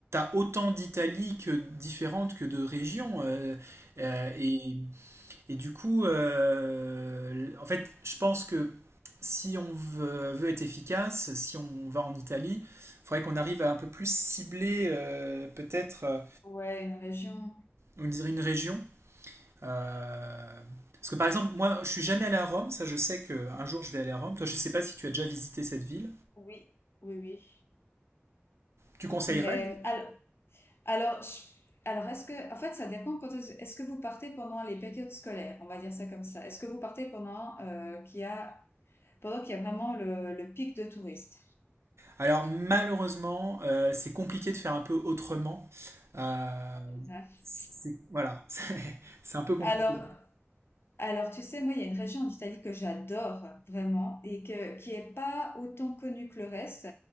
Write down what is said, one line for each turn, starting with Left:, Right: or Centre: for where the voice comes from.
Right: autant d'Italie que différentes que de régions. euh, euh, et Et du coup, euh, en fait, je pense que si on veut, veut être efficace, si on va en Italie, il faudrait qu'on arrive à un peu plus cibler euh, peut-être euh,
Left: Ouais, une région.
Right: on dirait une région. Euh, parce que par exemple, moi, je suis jamais allé à Rome. Ça, je sais qu'un jour, je vais aller à Rome. Toi, je ne sais pas si tu as déjà visité cette ville.
Left: Oui, Oui, oui.
Right: Tu conseillerais?
Left: Mais alors, alors, je- alors est-ce que, en fait, ça dépend quand est-ce est-ce que vous partez pendant les périodes scolaires, on va dire ça comme ça. Est-ce que vous partez pendant euh, qu'il y a, pendant qu'il y a vraiment le, le pic de touristes?
Right: Alors, malheureusement, euh, c'est compliqué de faire un peu autrement. Euh,
Left: hein.
Right: c'est- voilà, <laughs> c'est c'est un peu compliqué.
Left: Alors, alors, tu sais, moi, il y a une région en Italie que j'adore vraiment et que, qui est pas autant connue que le reste,